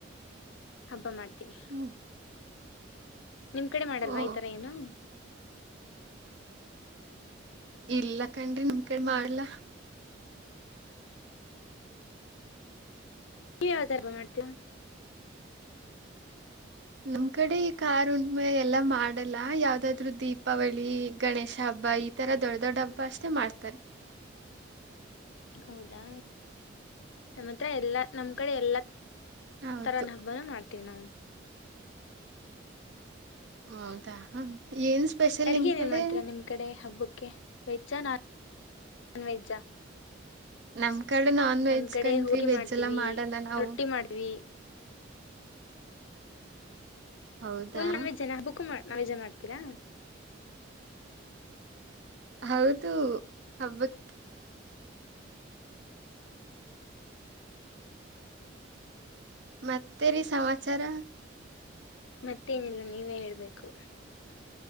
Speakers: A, on the left; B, on the right.
A: ಹಬ್ಬ ಮಾಡ್ತೀವಿ
B: ಹ್ಮ್
A: ನಿಮ್ ಕಡೆ ಮಾಡಲ್ವಾ
B: ಓ
A: ಈ ತರ ಏನು
B: ಇಲ್ಲ ಕಣ್ರಿ ನಿಮ ಕಡೆ ಮಾಡ್ಲ
A: ಕ ಯತಾಯಬ್ಬ ಮಾಡ್ತವ
B: ನಮ್ ಕಡೆ ಈ ಕಾರಾರ ಉಣ್ಮೆ ಎಲ್ಲಾ ಮಾಡಲ್ಲ ಯಾವ್ದಾದ್ರು ದೀಪಾವಳಿ ಗಣೇಶ ಹಬ್ಬ ಹಬ್ಬಾ ಈ ತರ ದೊಡ್ಡ ದೊಡ್ಡ ಹಬ್ಬ ಅಷ್ಟೆ ಮಾಡ್ತಾರೆ
A: ಹೌದಾ ನಮ್ಮ ಹತ್ರ ಎಲ್ಲಾ ನಮ್ಮ್ ಕಡೆ ಎಲ್ಲಾ
B: ಹೌದು
A: ಒಥರನ ಹಬ್ಬನ ಮಾಡ್ತೀವಿ ನಾವು
B: ಹೌದಾ ಏನ್ ಸ್ಪೆಷಲ್
A: ಅಡುಗೆ
B: ನಿಮ್
A: ಏನೇಏನ್
B: ಕಡೆ
A: ಮಾಡ್ತೀರಾ ನಿಮ್ಮ ಕಡೆ ಹಬ್ಬಕ್ಕೆ ವೆಜ್ಜಾ ನಾನ್ ನಾನ್ ವೆಜ್ಜಾ
B: ನಮ್ ಈ ಕಡೆ ನಾನ್ ವೆಜ್
A: ನಮ್ ಕಡೆ
B: ಕನ್್ರಿ
A: ಹೋಗಿ
B: ವೆಜ್
A: ಮಾಡ್ತೀವಿ
B: ಎಲ್ಲ ಮಾಡಲ್ಲ ನಾವು
A: ರೊಟ್ಟಿ ಮಾಡ್ತೀವಿ
B: ಹೌದಾ
A: ಫುಲ್ ನನ್ ವೇಜ್ ಜನ ಬುಕ್ ಮಾಡ ನಾ ವೇಜ ಮಾಡ್ತೀರಾ
B: ಹೌದು ಹಬ್ಬತ್ ಮತ್ತೇರಿ ಸಮಾಚಾರ
A: ಮತ್ತೇನಿಲ್ಲ ನೀವೇ ಹೇಳ್ಬೇಕು